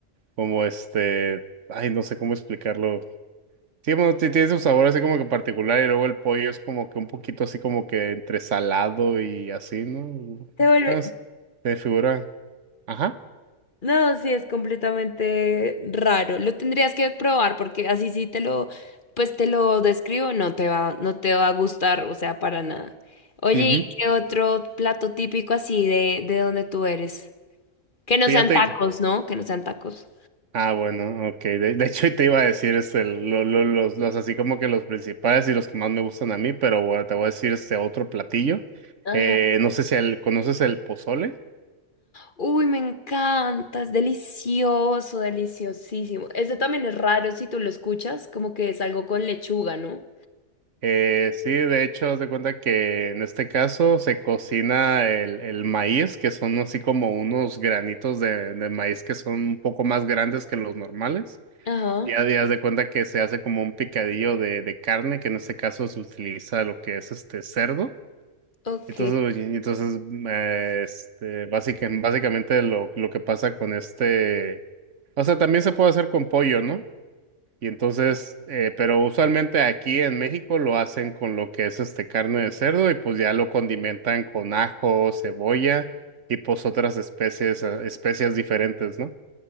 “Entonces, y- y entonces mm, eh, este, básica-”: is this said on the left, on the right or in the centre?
Right